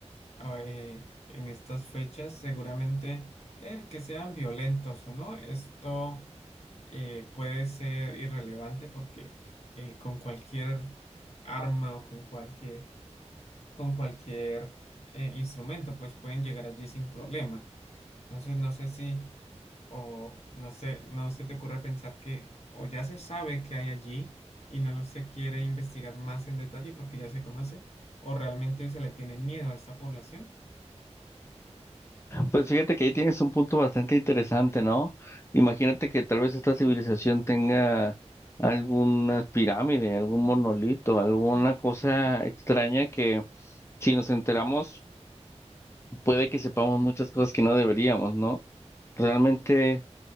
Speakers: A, on the left; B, on the left.
A: a- eh, en estas fechas, seguramente el que sean violentos o no, esto eh, puede ser irrelevante porque eh, con cualquier arma o con cualquier, con cualquier eh, instrumento, pues pueden llegar allí sin problema. Entonces, no sé si, o no sé, no se te ocurre pensar que o ya se sabe que hay allí y no lo se quiere investigar más en detalle porque ya se conoce, o realmente se le tiene miedo a esta población
B: Pues fíjate que ahí tienes un punto bastante interesante, ¿no? Imagínate que tal vez esta civilización tenga alguna pirámide, algún monolito, alguna cosa extraña que si nos enteramos puede que sepamos muchas cosas que no deberíamos, ¿no? Realmente